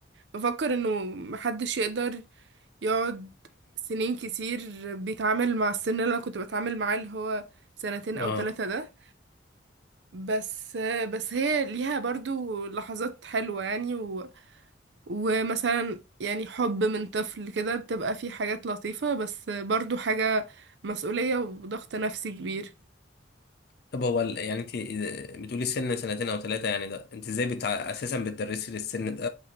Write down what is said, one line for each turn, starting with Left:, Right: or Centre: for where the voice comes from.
Right: بفكر انه محدش يقدر يقعد سنين كتير بيتعامل مع السن اللي انا كنت بتعامل معاه اللي هو سنتين او
Left: اه
Right: ثلاثة ده بس بس هي ليها برضو لحظات حلوة يعني و... ومثلا يعني حب من طفل كده بتبقى فيه حاجات لطيفة بس برضو حاجة مسؤولية وضغط نفسي كبير
Left: طب هو ال- يعني انت إذا- بتقولي سن سنتين او ثلاثة يعني ده انت ازاي بتع... اساسا بتدرسي للسن ده